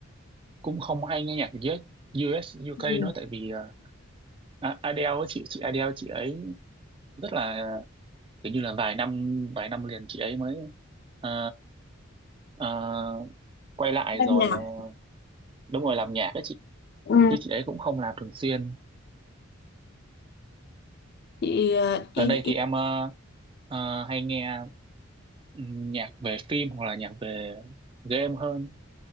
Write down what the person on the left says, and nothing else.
Ừ.
Ban
nhạc
Ừ.
chị ờ, y,
y...